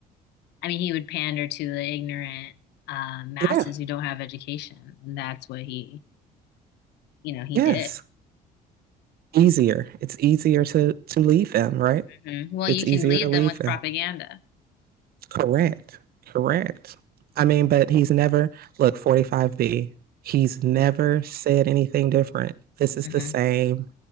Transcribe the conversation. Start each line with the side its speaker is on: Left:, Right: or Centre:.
Left: I mean he would pander to the ignorant um masses
Right: Yeah.
Left: who don't have education, and that's what he you know he
Right: Yes.
Left: did.
Right: Easier. It's easier to to leave him, right?
Left: hmm Well,
Right: It's
Left: you
Right: easier
Left: can lead
Right: to leave
Left: them with
Right: him.
Left: propaganda.
Right: Correct. Correct. I mean, but he's never, look, 45B, he's never said anything different. This is
Left: hmm
Right: the same.